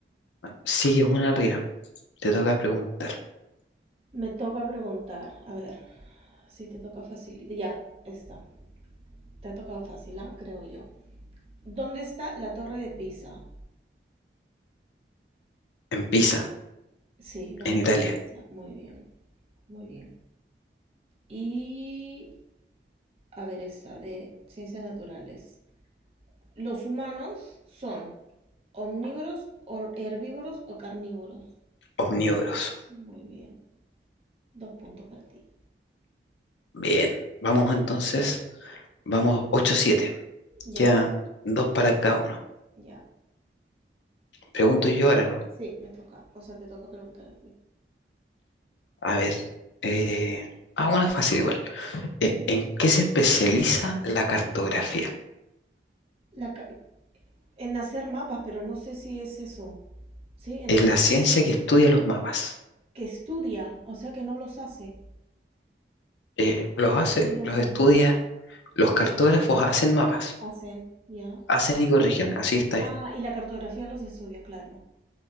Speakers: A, on the left; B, on the right.
A: Bueno, sigues una arriba. Te toca preguntar.
B: Me toca preguntar, a ver, si te toca fácil. Ya está, te ha tocado fácil, ¿ah? Creo yo. ¿Dónde está la Torre de Pisa?
A: En Pisa,
B: Sí, ¿dónde
A: en Italia,
B: está la Pisa? Muy bien, muy bien. Y, a ver, esta de ciencias naturales. ¿Los humanos son omnívoros, or- herbívoros o carnívoros?
A: omnívoros.
B: Muy bien, dos puntos para ti.
A: Bien. Vamos entonces, vamos ocho siete.
B: Ya,
A: Quedan dos para cada uno.
B: ya.
A: Pregunto yo ahora, ¿no?
B: Sí, me toca, o sea, te toca preguntar a ti.
A: A ver. eh, ah, una fácil igual. Eh, ¿en qué se especializa la cartografía?
B: La, ca- En hacer mapas, pero no sé si es eso. Sí, en
A: Es
B: hacer,
A: la ciencia que estudia los mapas.
B: que estudia, o sea que no los hace,
A: Eh, los
B: o
A: hace,
B: también los
A: los
B: hace.
A: estudia Los cartógrafos hacen mapas,
B: Hacen, ya.
A: hacen y corrigen, así está bien.
B: Ah, y la cartografía los estudia, claro.